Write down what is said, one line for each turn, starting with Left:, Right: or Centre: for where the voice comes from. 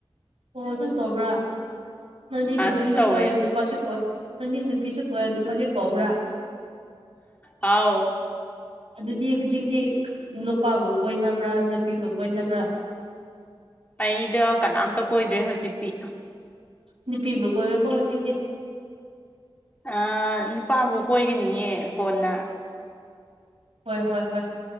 Right: ꯑꯣ ꯑꯗꯨꯝ ꯇꯧꯕ꯭ꯔꯥ ꯅꯪꯗꯤ ꯅꯨꯄꯤꯁꯨ
Left: ꯑꯗꯨꯝ ꯇꯧꯋꯦ
Right: ꯀꯣꯏ ꯅꯨꯄꯥꯁꯨ ꯀꯣꯏ ꯅꯪꯗꯤ ꯅꯨꯄꯤꯁꯨ ꯀꯣꯏ ꯅꯨꯄꯥꯁꯨ ꯀꯣꯏꯕ꯭ꯔꯥ
Left: ꯑꯥꯎ
Right: ꯑꯗꯨꯗꯤ ꯍꯧꯖꯤꯛꯇꯤ ꯅꯨꯄꯥꯕꯨ ꯀꯣꯏꯅꯕ꯭ꯔꯥ ꯅꯨꯄꯤꯕꯨ ꯀꯣꯏꯅꯕ꯭ꯔꯥ
Left: ꯑꯩꯗꯣ ꯀꯅꯥꯝꯇ ꯀꯣꯏꯗ꯭ꯔꯦ ꯍꯧꯖꯤꯛꯇꯤ
Right: ꯅꯨꯄꯤꯕꯨ ꯀꯣꯏꯔꯣꯀꯣ ꯍꯧꯖꯤꯛꯇꯤ
Left: ꯑꯥ ꯅꯨꯄꯥꯕꯨ ꯀꯣꯏꯒꯅꯤꯌꯦ ꯀꯣꯟꯅ
Right: ꯍꯣꯏ ꯍꯣꯏ ꯍꯣꯏ